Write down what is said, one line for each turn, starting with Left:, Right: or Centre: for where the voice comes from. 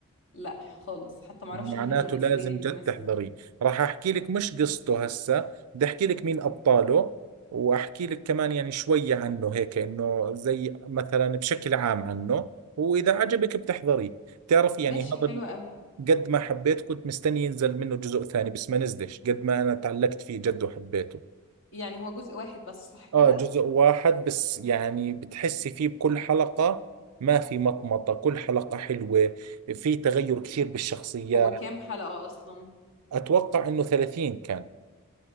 Left: لا خالص حتى معرفش
Right: معناته
Left: مين الممثلين
Right: لازم
Left: اللي
Right: جد
Left: بيمثلوه
Right: تحضريه راح احكي لك مش قصته هسه بدي احكي لك مين ابطاله واحكي لك كمان يعني شوية عنه هيك انه زي مثلا بشكل عام عنه واذا عجبك بتحضريه بتعرف يعني
Left: ماشي
Right: هذا
Left: حلو
Right: ال-
Left: قوي
Right: قد ما حبيت كنت مستني ينزل منه جزء ثاني بس ما نزلش قد ما انا تعلقت فيه جد وحبيته
Left: يعني هو جزء واحد بس صح كده
Right: اه جزء واحد بس يعني بتحسي فيه بكل حلقة ما في مطمطة كل حلقة حلوة في تغير كثير بالشخصيات
Left: هو كام حلقة اصلا
Right: اتوقع انه 30 كان